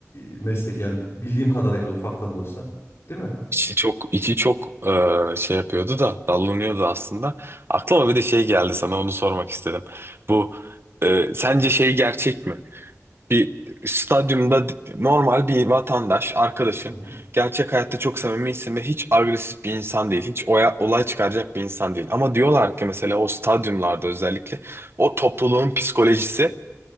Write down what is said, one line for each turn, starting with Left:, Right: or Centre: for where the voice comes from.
Left: e, meslek yani bildiğim kadarıyla ufaktan da olsa. Değil mi?
Right: İçi çok içi çok e, şey yapıyordu da dallanıyordu aslında. Aklıma bir de şey geldi sana onu sormak istedim. Bu e, sence şey gerçek mi? Bir stadyumda d- normal bir vatandaş, arkadaşın
Left: Hı hı.
Right: gerçek hayatta çok samimisin ve hiç agresif bir insan değil. Hiç oya, olay çıkaracak bir insan değil. Ama diyorlar ki mesela o stadyumlarda özellikle o topluluğun psikolojisi